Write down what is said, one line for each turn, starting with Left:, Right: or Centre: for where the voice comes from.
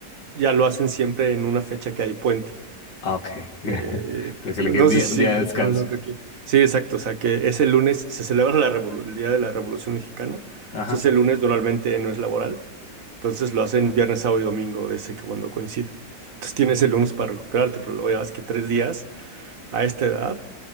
Right: ya lo hacen siempre en una fecha que hay puente.
Left: Ah, ok. <laughs>
Right: Eh,
Left: Pero que
Right: no
Left: le quede
Right: no
Left: un día,
Right: sé si
Left: un día de
Right: sí,
Left: descanso.
Right: lo mismo que aquí. Sí, exacto. O sea, que ese lunes se celebra la revolu- el Día de la Revolución Mexicana.
Left: Ajá.
Right: Entonces, el lunes normalmente no es laboral. Entonces, lo hacen viernes, sábado y domingo, de ese que cuando coincide. Entonces, tienes el lunes para recuperarte, pero luego ya ves que tres días a esta edad.